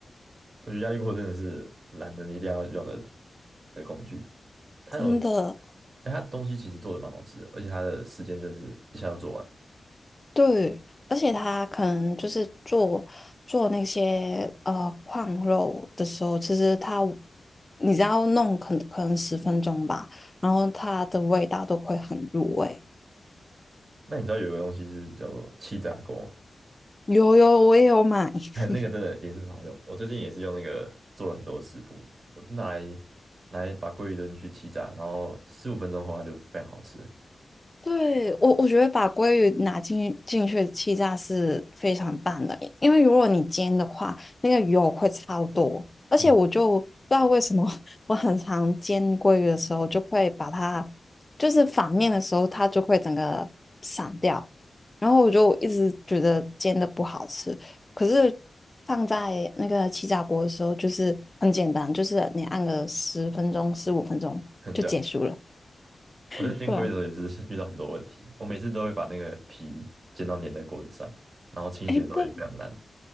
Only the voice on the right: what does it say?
我觉得压力锅真的是懒人一定要用的的工具。它有，
哎它东西其实做的蛮好吃的，而且它的时间真的是一下就做完。
那你知道有一个东西是叫做气炸锅吗
<laughs> 那个真的也是好用。我最近也是用那个做了很多食谱，我就拿来拿来把鲑鱼丢进去气炸，然后十五分钟后它就非常好吃。
嗯。
<laughs> 对啊，我在煎龟的时候也是遇到很多问题，
我每次都会把那个皮煎到粘在锅子上，然后清洗的时候也非常难。